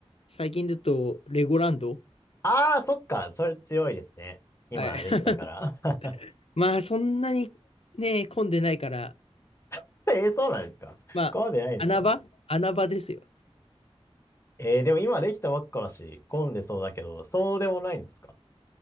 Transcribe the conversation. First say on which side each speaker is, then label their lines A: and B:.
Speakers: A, on the left; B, on the left.
A: 最近だと、レゴランド。
B: あー、そっか。それ強いですね。今できたから。
A: はい。<laughs>
B: <laughs>
A: まあそんなにね、混んでないから、
B: <laughs> えー、そうなんですか混んでないんですか
A: まあ、穴場穴場ですよ。
B: えー、でも今できたばっかだし、混んでそうだけど、そうでもないんですか